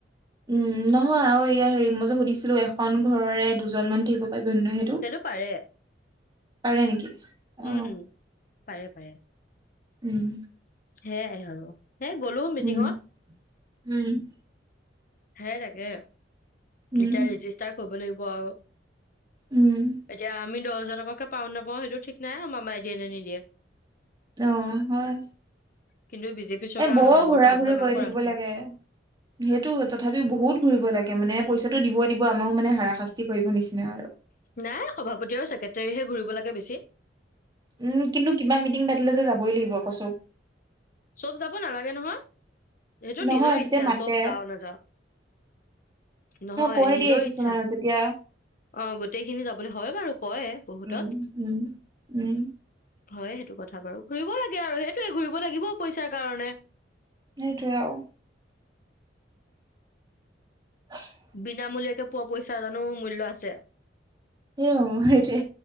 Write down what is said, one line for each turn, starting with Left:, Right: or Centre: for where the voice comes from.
Right: উম নহয় আৰু ইয়া হেৰি মই যে সুধিছিলো এখন ঘৰৰে দুজন মানুহ থাকিব পাৰিবনে নাই সেই
Left: সেইটো পাৰে।
Right: পাৰে নেকি? অ
Left: উম উম, পাৰে পাৰে।
Right: উম।
Left: সেয়াই আৰু সেই গ'লো মিটিঙত।
Right: উম উম
Left: সেই তাকে এতিয়া
Right: উম
Left: ৰেজিষ্টাৰ কৰিব লাগিব আৰু
Right: উম
Left: এতিয়া আমি দহ হাজাৰ টকাকে পাওঁ নে নাপাওঁ সেইটো ঠিক নাই আৰু মামায়ে দিয়ে নে নিদিয়ে।
Right: অ হয়।
Left: কিন্তু এই বিজেপি চৰকাৰ
Right: এ বৰ
Left: অহাৰ পৰা
Right: ঘূৰা
Left: ভাল
Right: ঘূৰি
Left: ভাল কাম
Right: কৰি
Left: কৰা
Right: থাকিব
Left: হৈছে
Right: লাগে। সেইটো তথাপিও বহুত ঘূৰিব লাগে মানে
Left: উম
Right: পইচাটো দিব দিব আমাকো মানে হাৰাশাস্তি কৰিব নিচিনা আৰু
Left: নাই সভাপতি আৰু চেক্ৰেটৰীহে ঘূৰিব লাগে বেছি।
Right: উম কিন্তু কিবা মিটিং পাতিলে যে যাবই লাগিব কৈছো।
Left: চব যাব নালাগে নহয় সেইটো
Right: নহয়
Left: নিজৰ
Right: যেতিয়া
Left: ইচ্ছা
Right: মাতে
Left: চব যাও নাযাও। নহয়
Right: কৈ
Left: নিজৰ
Right: দিয়ে কিছুমানত
Left: ইচ্ছা
Right: যেতিয়া
Left: অ গোটেই খিনি যাবলৈ হয় বাৰু কয় বহুতত
Right: উম উম উম
Left: হয় সেইটো কথা বাৰু ঘুৰিব লাগে আৰু সেইটোয়ে ঘূৰিব লাগিব পইচাৰ কাৰণে
Right: সেইটোৱে আৰু <inaudible>
Left: বিনামূলীয়াকে পোৱা পইচা জানো মূল্য আছে
Right: সেও সেইটোয়ে।